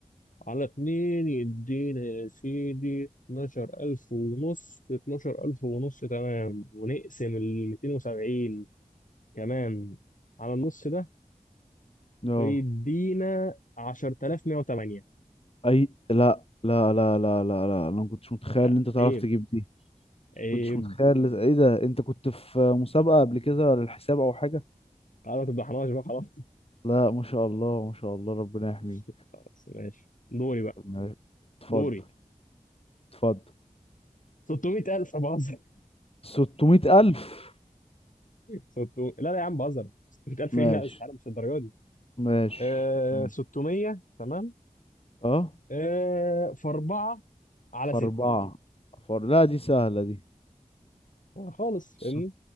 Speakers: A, on the left; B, on the left.
A: على اتنين يدينا يا سيدي اتناشر ألف ونص اتناشر ألف ونص تمام ونقسم الميتين وسبعين كمان على النص ده
B: اه
A: فيدينا عشرة آلاف مية وتمانية
B: اي لا لا لا لا لا لا انا ما كنتش متخيل
A: لا،
B: ان انت تعرف
A: عيب
B: تجيب دي
A: عيب
B: كنتش متخيل ايه ده انت كنت في مسابقة قبل كده للحساب او حاجة
A: خلاص ما تفضحناش بقى خلاص
B: لا ما شاء الله ما شاء الله ربنا يحميك
A: <laughs> خلاص ماشي دوري بقى
B: ماشي. اتفضل
A: دوري
B: اتفضل
A: 600000 بهزر
B: 600 ألف
A: 600 لا لا يا عم بهزر 600000
B: ماشي
A: ايه لا استحاله مش الدرجه دي
B: ماشي
A: آه
B: ماشي.
A: 600 تمام
B: اه
A: آه في 4 على
B: في
A: 6
B: أربعة فر... لا دي سهلة دي
A: خالص فاهمني
B: س-